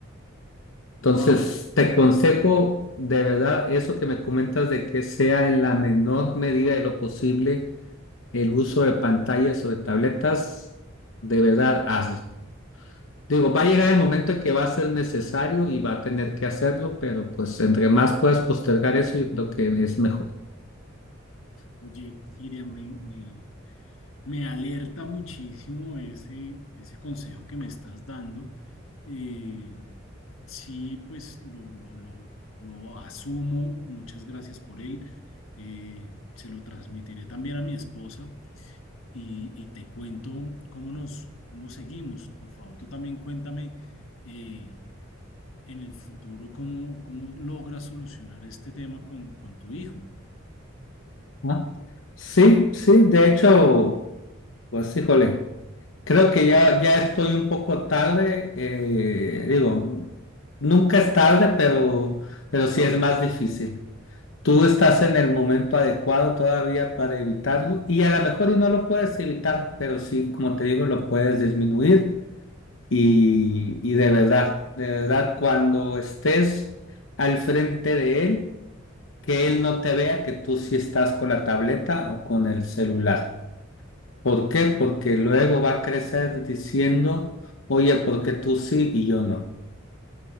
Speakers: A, on the left; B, on the left.
A: Entonces,
B: wow.
A: te aconsejo de verdad eso que me comentas de que sea en la menor medida de lo posible el uso de pantallas o de tabletas, de verdad hazlo. Digo, va a llegar el momento en que va a ser necesario y va a tener que hacerlo, pero pues entre más puedas postergar eso, yo creo que es mejor,
B: Oye, Miriam, me, me, me alerta muchísimo ese, ese consejo que me estás dando. Eh, sí, pues lo, lo, lo, lo asumo. Muchas gracias por él. Eh, se lo transmitiré también a mi esposa y, y te cuento cómo nos, cómo seguimos. Por favor, tú también cuéntame eh, en el futuro cómo, cómo logras solucionar este tema con, con tu hijo.
A: ¿no? Sí, sí, de hecho, pues híjole. Creo que ya, ya estoy un poco tarde, eh, digo, nunca es tarde, pero, pero sí es más difícil. Tú estás en el momento adecuado todavía para evitarlo y a lo mejor y no lo puedes evitar, pero sí, como te digo, lo puedes disminuir y, y de verdad, de verdad, cuando estés al frente de él, que él no te vea que tú sí estás con la tableta o con el celular. ¿Por qué? Porque luego va a crecer diciendo, oye, ¿por qué tú sí y yo no?